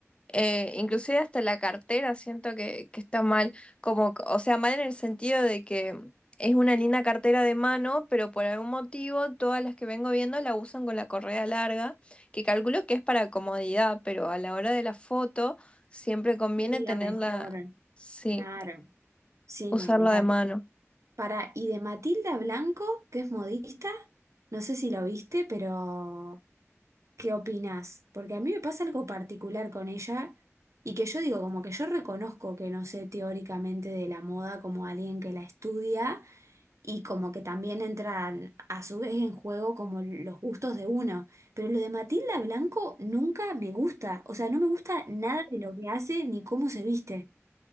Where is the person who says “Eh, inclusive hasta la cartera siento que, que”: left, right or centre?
Left